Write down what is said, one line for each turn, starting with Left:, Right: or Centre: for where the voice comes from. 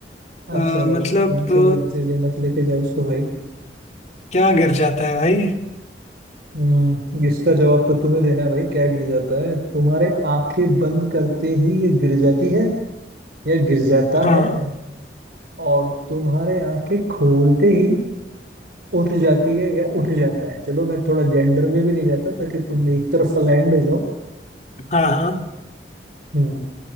Left: अ,
Right: अच्छा भाई
Left: मतलब अ,
Right: गलत जगह मत लेके जाओ उसको भाई
Left: क्या गिर जाता है भाई
Right: हम्म इसका जवाब तो तुम्हें देना है भाई क्या गिर जाता है तुम्हारे आंखें बंद करते ही ये गिर जाती है या गिर जाता
Left: हाँ
Right: है और तुम्हारे आंखें खोलते ही उठ जाती है या उठ जाता है चलो मैं थोड़ा जेंडर में भी नहीं जाता ताकि तुम एक तरफ लैंड हो जाओ
Left: हाँ हाँ
Right: हम्म